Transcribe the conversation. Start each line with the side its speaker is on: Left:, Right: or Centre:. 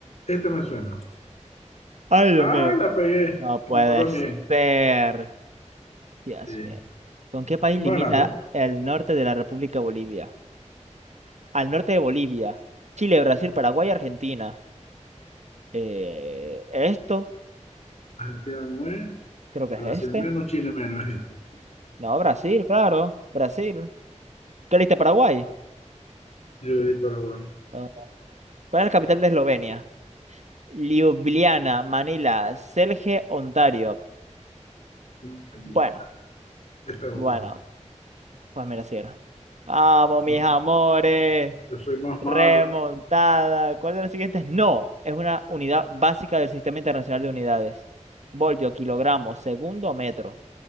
Left: Este me suena.
Right: Ay, Dios
Left: ¡Ay,
Right: mío.
Left: la pegué!
Right: No puede
Left: Y vos también.
Right: ser. Dios
Left: Sí.
Right: mío. ¿Con qué país
Left: Y
Right: limita
Left: va ganando.
Right: el norte de la República Bolivia? Al norte de Bolivia. Chile, Brasil, Paraguay, Argentina. Eh, ¿esto?
Left: Argentina no es.
Right: Creo que
Left: Brasil
Right: es este.
Left: menos, Chile menos. es Este.
Right: No, Brasil, claro. Brasil. ¿Qué leíste, Paraguay?
Left: Yo le di Paraguay.
Right: No. ¿Cuál es la capital de Eslovenia? Ljubljana, Manila, Celje, Ontario.
Left: No tengo
Right: Bueno,
Left: idea. Esta es
Right: bueno.
Left: buena.
Right: Pues mira, si era. Vamos, mis
Left: No,
Right: amores.
Left: Yo soy más malo.
Right: Remontada. ¿Cuál de los siguientes? No, es una unidad básica del Sistema Internacional de Unidades. Voltio, kilogramo, segundo, metro.